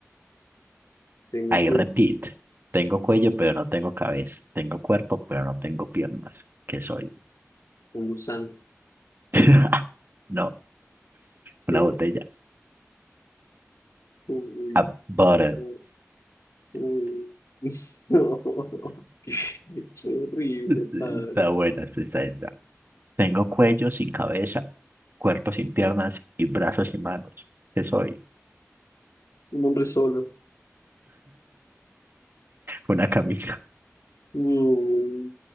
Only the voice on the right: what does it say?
I
repeat. Tengo cuello, pero no tengo cabeza. Tengo cuerpo, pero no tengo piernas. ¿Qué soy?
<laughs> No, una
botella.
A butter.
Está
buena, esta está. esta. Tengo cuello sin cabeza, cuerpo sin piernas y brazos sin manos. ¿Qué soy?
Una camisa.